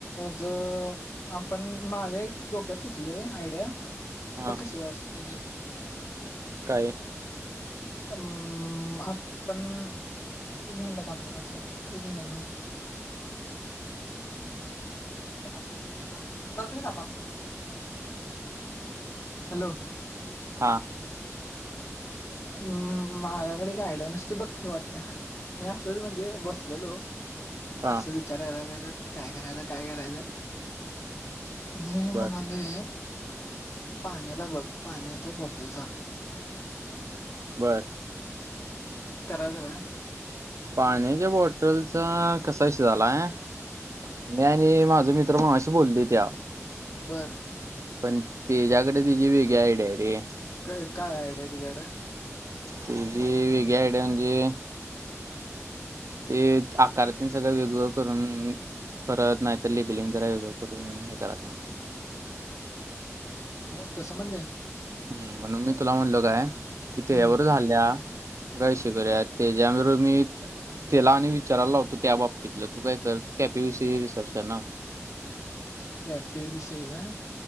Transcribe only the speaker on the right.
हा
काय?
हा.
हा
बर
बर.
पाण्याच्या बॉटलचा कसा विष य झालाय. मी आणि माझं मित्र मगाशी बोलोय त्याव
पण, तेजाकड तेची वेगळी आयडिया हाय रे.
ते जी वेगळी आयडिया, म्हणजे ते आकार ते न सगळं वेग वेगळं करून, परत नाहीतर जरा वेगळं करून हे करायचं म्हणत.
हम् म्हणून मी तुला म्हणलो काय?
कि तेझ्या यावर झाल्या काय विषय करुया ते ज्यावर बरोबर मी त्याला आणि विचारायला लावतो. त्या बाबतीतलं तू काय कर कॅफे विषयी रिसर्च कर ना मग.